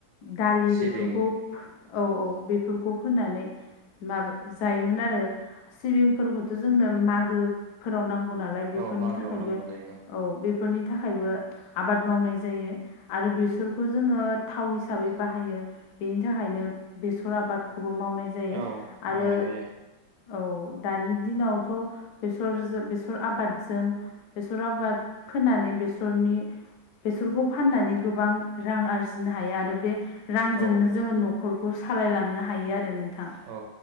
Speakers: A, on the left (about 70°); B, on the right (about 70°).
A: दालि
B: सिबिं
A: बेफोरखौ औ औ बेफोरखौ फोनानै। माबा जायोमोन आरो सिबिंफोरखौथ' जोंनो मागो। फोराव नांगौ नालाय बेफोरनि
B: औ मागोआव
A: थाखायबो
B: नांगौ जायो
A: औ बेफोरनि थाखायबो आबाद मावनाय जायो आरो बेसरखौ जोङो थाव हिसाबै बाहायो बेनि थाखायनो बेसर आबाद खौबो मावनाय जायो
B: औ
A: आरो
B: मावनाय जायो
A: औ दानि दिनावथ' बेसरजों बेसर आबादजों बेसर आबाद फोनानै बेसरनि बेसरखौ फाननानै गोबां रां आरजिनो हायो आरो बे रांजोंनो
B: औ हायो
A: जोङो न'खरखौ सालायलांनो हायो आरो नों थां
B: औ